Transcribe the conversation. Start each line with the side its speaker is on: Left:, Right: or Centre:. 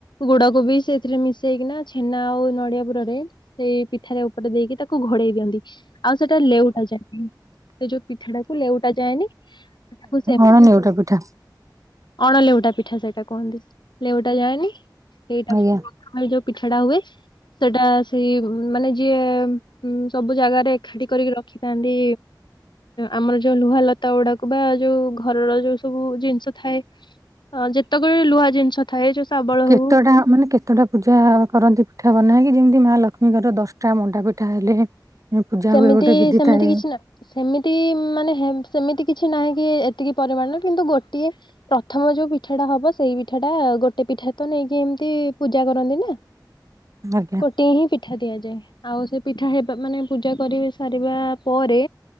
Left: ଗୁଡ଼କୁ ବି ସେଥିରେ ମିଶେଇ କିନା ଛେନା ଆଉ ନଡ଼ିଆ ପୁରରେ ସେଇ ପିଠାରେ ଉପରେ ଦେଇକି ତାକୁ ଘୋଡେଇ ଦିଅନ୍ତି। ଆଉ ସେଟା ଲେଉଟା ଯାଏନି ସେ ଯୋଉ ପିଠାଟାକୁ ଲେଉଟା ଯାଏନି ତାକୁ ସେ
Right: କଣ ନେଉଟା ପିଠା
Left: ଅଣ ଲେଉଟା ପିଠା ସେଇଟା କୁହନ୍ତି, ଲେଉଟା ଯାଏନି ସେଟା
Right: ଆଜ୍ଞା
Left: ଘରେ ଯୋଉ ପିଠା ଟା ହୁଏ ସେଟା ସେଇ ମାନେ ଯିଏ ସବୁ ଜାଗାରେ ଏକାଠି କରିକି ରଖିଥାନ୍ତି ଆମର ଯୋଉ ଲୁହା ଲତା ଗୁଡ଼ାକୁ ବା ଯୋଉ ଘରର ଯୋଉ ସବୁ ଜିନିଷ ଥାଏ ହ ଯେତେକ ବି ଲୁହା ଜିନିଷ ଥାଏ ଯୋଉ ଶାବଳ
Right: କେତେଟା
Left: ହଉ
Right: ମାନେ କେ କେତଟା ପୂଜା କରନ୍ତି ପିଠା ବନେଇକି ଯେମିତି ମା ଲକ୍ଷ୍ମୀଙ୍କର ଦଶଟା ମଣ୍ଡା ପିଠା ହେଲେ ପୂଜା
Left: ସେମିତି
Right: ହୁଏ ଗୋଟେ ବିଧି
Left: ସେମିତି
Right: ଥାଏ।
Left: କିଛି ନା ସେମିତି ମାନେ ହେ ସେମିତି କିଛି ନାହିଁ କି ଏତିକି ପରିମାଣରେ କିନ୍ତୁ ଗୋଟିଏ ପ୍ରଥମ ଯୋଉ ପିଠା ଟା ହବ ସେଇ ପିଠା ଟା ଗୋଟେ ପିଠା ତ ନେଇକି ଏମିତି ପୂଜା କରନ୍ତି ନା।
Right: ଆଜ୍ଞା
Left: ଗୋଟିଏ ହିଁ ପିଠା ଦିଆଯାଏ ଆଉ ସେ ପିଠା ହେବା ମାନେ ପୂଜା କରି ସାରିବା ପରେ